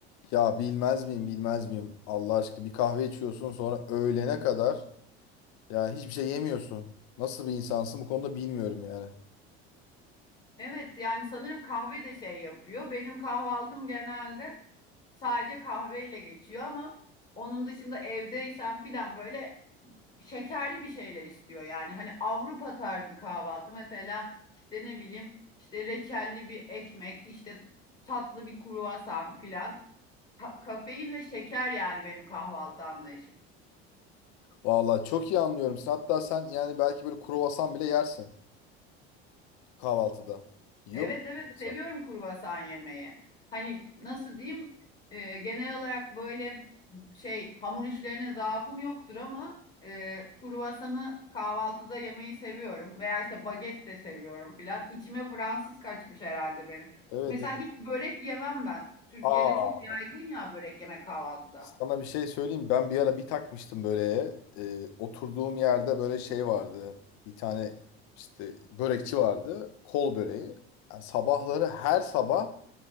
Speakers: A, on the left; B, on the left.
A: Ya bilmez miyim, bilmez miyim? Allah aşkına bir kahve içiyorsun sonra öğlene kadar ya hiçbir şey yemiyorsun. Nasıl bir insansın bu konuda bilmiyorum yani.
B: Evet yani sanırım kahve de şey yapıyor. Benim kahvaltım genelde sadece kahveyle geçiyor ama onun dışında evdeysem filan böyle şekerli bir şeyler istiyor yani. Hani Avrupa tarzı kahvaltı mesela işte ne bileyim işte reçelli bir ekmek, işte tatlı bir kruvasan filan. Ka- kafein ve şeker yani benim kahvaltı anlayışım.
A: Valla çok iyi anlıyorum. Sen, hatta sen yani belki böyle kruvasan bile yersin kahvaltıda. Yiyor
B: Evet
A: musun
B: evet
A: kruvasan?
B: seviyorum kurbasan yemeği. Hani nasıl diyeyim e, genel olarak böyle şey hamur işlerine zaafım yoktur ama e, kruvasanı kahvaltıda yemeyi seviyorum. Veya işte baget de seviyorum filan. İçime Fransız kaçmış herhalde benim.
A: Evet.
B: Mesela
A: evet.
B: hiç börek yemem ben. Türkiye'de
A: Aa
B: çok yaygın ya börek yemek kahvaltıda.
A: Sana bir şey söyleyeyim. Ben bir ara bir takmıştım böyle. e, oturduğum yerde böyle şey vardı. Bir tane işte börekçi vardı. Kol böreği. Yani sabahları her sabah